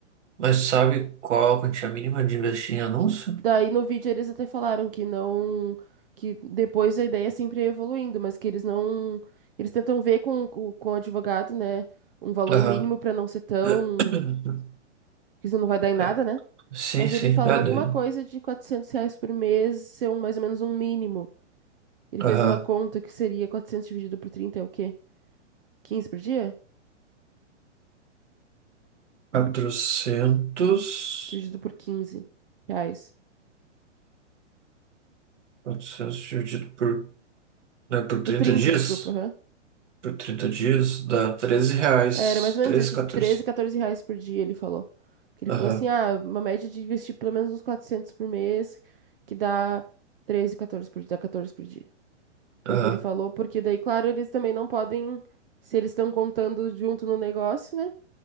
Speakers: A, on the right (about 75°); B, on the right (about 50°).
A: Mas sabe qual a quantia mínima de investir em anúncio?
B: Daí no vídeo eles até falaram que não, que depois a ideia é sempre ia evoluindo, mas que eles não, eles tentam ver com, com, com o advogado, né, um valor
A: Aham.
B: mínimo para não ser tão,
A: <clears throat>
B: que isso não vai dar em nada,
A: É.
B: né?
A: Sim,
B: Mas
A: sim,
B: ele falou
A: é
B: alguma
A: doido.
B: coisa de 400 reais por mês ser um, mais ou menos um mínimo. Ele
A: Aham.
B: fez uma conta que seria 400 dividido por 30 é o quê? quinze por dia?
A: 400
B: Dividido por quinze reais.
A: 400 dividido por, né, por 30
B: Por 30,
A: dias?
B: desculpa,
A: Por 30 dias dá 13 reais.
B: Era mais ou
A: treze
B: menos isso,
A: 14.
B: uns 13, 14 reais por dia, ele falou. Que ele
A: Aham.
B: falou assim, ah, uma média de investir pelo menos uns 400 por mês, que dá treze 14 por dia, dá 14 por dia.
A: Aham.
B: Foi o que ele falou, porque daí, claro, eles também não podem, se eles estão contando junto no negócio, né?